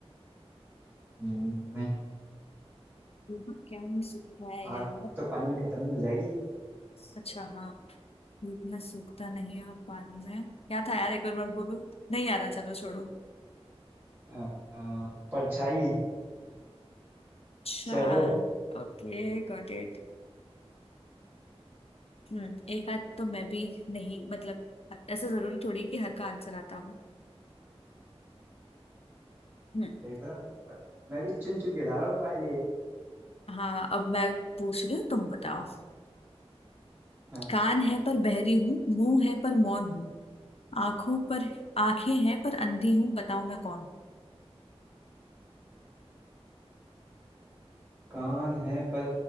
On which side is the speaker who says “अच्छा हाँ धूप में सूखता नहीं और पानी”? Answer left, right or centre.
Left